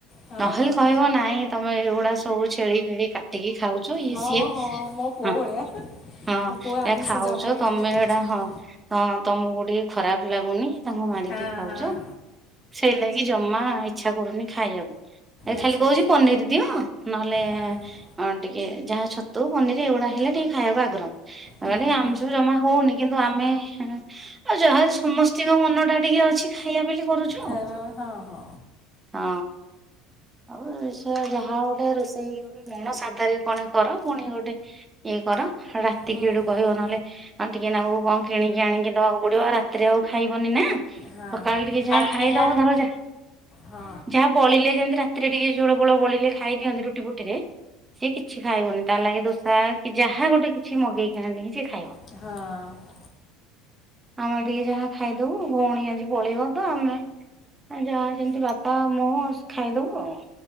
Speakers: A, on the left; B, on the right.
A: ହଁ
B: ନହେଲେ
A: ହଁ
B: କହିବ ନାଇଁ ତମେ ଏଇଗୁଡା ସବୁ ଛେଳି ଫେଳି କାଟିକି <unintelligible>
A: ହଁ-ହଁ
B: ସିଏ
A: ମୋ ପୁଅ
B: ହଁ
A: ଭଳିଆ।
B: ହଁ
A: ମୋ ପୁଅ ଆମିଷ
B: ଏ ଖାଉଚ
A: ଜମା ବି
B: ତମେ
A: ଖାଇବାକୁ
B: ଏଇଟା
A: ଇଚ୍ଛା କରେନି
B: ହଁ ହଁ ତମକୁ ଟିକେ ଖରାପ୍ ଲାଗୁନି ତାଙ୍କୁ ମାରିକି
A: ହଁ
B: ଖାଉଚ।
A: ହଁ
B: ସେଇ ଲାଗି ଜମା ଇଚ୍ଛା କରୁନି ଖାଇଆକୁ। ଏ
A: ଆଚ୍ଛା
B: ଖାଲି କହୁଚି
A: ଆଚ୍ଛା
B: ପନିରି ଦିଅ ନହେଲେ
A: ହଁ
B: ଟିକେ ଯାହା ଛତୁ ପନିରି ଏଗୁଡା ହେଲେ ଟିକେ ଖାଇଆକୁ ଆଗ୍ରହ
A: ହୁଁ
B: <unintelligible>
A: ହୁଁ
B: ଆମିଷ ଜମା ହଉନି କିନ୍ତୁ ଆମେ <unintelligible> ଯାହା ହେଲେ ସମସ୍ତିଙ୍କ ମନ ଟା ଟିକେ ଅଛି ଖାଇଆ ବୋଲି <unintelligible>
A: ଖାଇବା ପାଇଁ ହଁ-ହଁ।
B: ହଁ ଆଉ ସେ ଯାହା ଗୋଟେ ରୋଷେଇ ଗୋଟେ <unintelligible> <unintelligible> କର ପୁଣି ଗୋଟେ ଇଏ କର ରାତି
A: ହୁଁ
B: କି <unintelligible> କହିବ
A: ହୁଁ
B: ନହେଲେ <unintelligible> ଟିକେ ନାକୁରୁ କଣ କିଣିକି ଆଣିକି ଦବାକୁ ପଡିବ ରାତିରେ ଆଉ ଖାଇବନି ନା। ସକାଳେ
A: ହଁ
B: ଟିକେ ଯାହା
A: କାଲି
B: ଖାଇଦବ
A: ଯା
B: ଧର ଯା-ଯା
A: ହଁ
B: ବଳିଲେ ଯେମ୍ତି ରାତିରେ ଟିକେ ଝୋଳ ଫୋଳ ବଳିଲେ ଖାଇ ଦିଅନ୍ତି ରୁଟି ଫୁଟିରେ ସିଏ କିଛି ଖାଇବନି ତା ଲାଗି ଦୋସା କି ଯାହା ଗୋଟେ କିଛି ମଗେଇକି ଆଣିକି ସିଏ ଖାଇବ।
A: ହଁ।
B: ଆମେ ଟିକେ ଯାହା ଖାଇଦବୁ ଭଉଣୀ ଆଜି ପଳେଇବ ତ ଆମେ ଆ ଯାହା ଯେମ୍ତି ବାପା ମୁଁ ଖାଇଦବୁ ଆଉ।